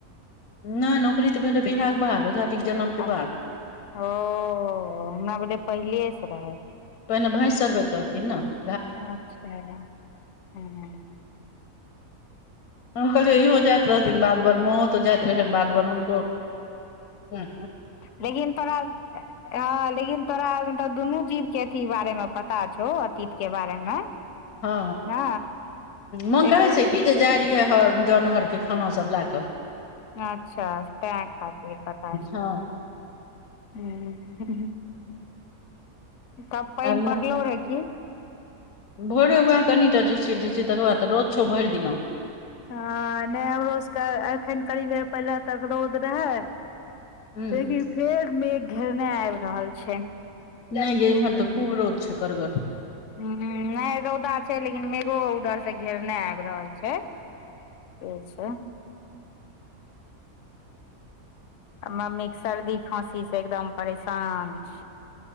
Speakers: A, on the left; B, on the left.
A: नै नौकरी तऽ भेलै बिहाक बाद ओझा जी के जनम के
B: अच्छऽ
A: बाद
B: ओ हमरा भेलै पहिले सँ रहै।
A: पहिने भैंस चरबैत रहथिन नऽ
B: अच्छऽ हँ
A: हम कहलियै इहो जाइत रहथिन बाध बोन माँओ तऽ जाइत रहथिन बाध बोन हुनको हुँ
B: लेकिन तोरा हँ लेकिन तोरा मतलब दुनू जीव केँ अथी बारे मऽ पता छौ अतीत केँ बारे मे।
A: हँ
B: ने
A: माँ कहै
B: एकर
A: छै की जे जाइ रहियै हर जन हर केँ खाना सब लए कऽ
B: अच्छऽ तैय खातिर सँ पता छै
A: हँ
B: हुँ हुँ हुँ तब पाइन
A: आ
B: पड़लो रहै की
A: भोरे वैह कनिटा झीसी - झीसी तकर बाद तऽ रौद छो भइर दिना।
B: हँ नै हमरो सबके एखन कनि देर पहिले तक रौद रहै
A: हूँ
B: लेकिन फेर मेघ घेरने आबि रहल छै।
A: नय गे इम्हर तऽ खूब रौद छै करगर
B: हुँ नय रौदा छै लेकिन मेघो उधरसँ घेरने आबि रहल छै से छै आ मम्मीक सर्दी खासी सँ एकदम परेशान छै